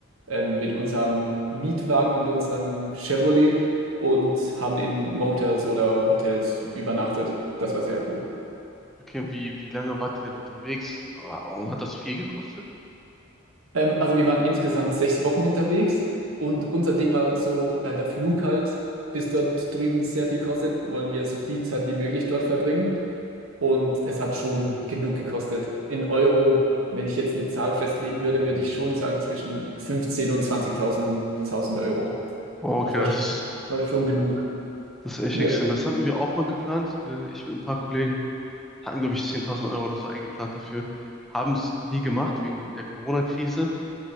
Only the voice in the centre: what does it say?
Okay, wie, wie lange wart ihr denn unterwegs? Ah, Und hat das viel gekostet?
Oh, okay,
das
ist,
das ist echt
extrem. Das hatten wir auch mal geplant. Äh, Ich mit ein paar Kollegen hatten, glaube ich, 10.000 Euro oder so eingeplant dafür. Haben es nie gemacht wegen der Corona-Krise.